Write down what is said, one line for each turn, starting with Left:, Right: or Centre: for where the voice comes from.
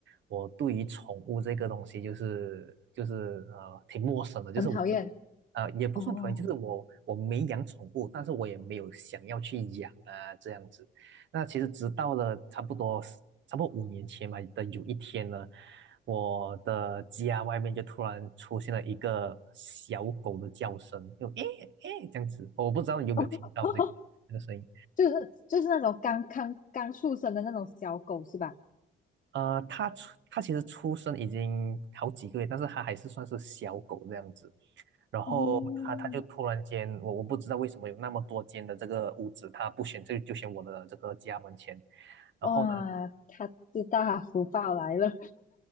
Right: 我对于宠物这个东西就是就是呃挺陌生的，就是我是不呃也不算讨厌，
Left: 很讨厌哦，
Right: 就是我我没养宠物，但是我也没有想要去养啊这样子。那其实直到了差不多差不多五年前吧的有一天呢，我的家外面就突然出现了一个小狗的叫声，就诶诶这样子，我不知道你有没有听到这个这个声音。
Left: <laughs> 就是就是那种刚刚刚出生的那种小狗是吧？
Right: 呃，它出它其实出生已经好几个月，但是它还是算是小狗这样子。然后它它就突然间，
Left: 哦，
Right: 我我不知道为什么有那么多间的这个屋子，它不选这就选我的这个家门前。然后呢，
Left: 哇，他知道他福报来了，